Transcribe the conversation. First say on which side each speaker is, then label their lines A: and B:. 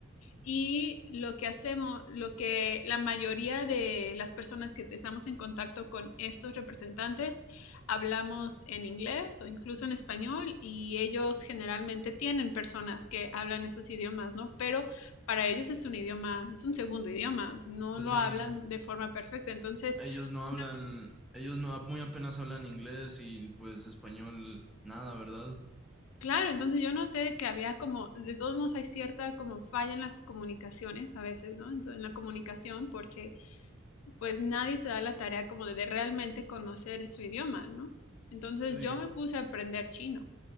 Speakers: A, on the left; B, in the centre.
A: Y lo que hacemos, lo que la mayoría de las personas que estamos en contacto con estos representantes hablamos en inglés o incluso en español y ellos generalmente tienen personas que hablan esos idiomas, ¿no? Pero para ellos es un idioma, es un segundo idioma, no
B: Pues
A: lo
B: sí,
A: hablan de forma perfecta. Entonces,
B: ellos no
A: una-
B: hablan, ellos no, muy apenas hablan inglés y pues español, nada, ¿verdad?
A: claro, entonces yo noté que había como, de todos modos hay cierta como falla en las comunicaciones a veces, ¿no? Ento- en la comunicación porque pues nadie se da la tarea como de realmente conocer su idioma, ¿no? Entonces
B: Sí.
A: yo me puse a aprender chino.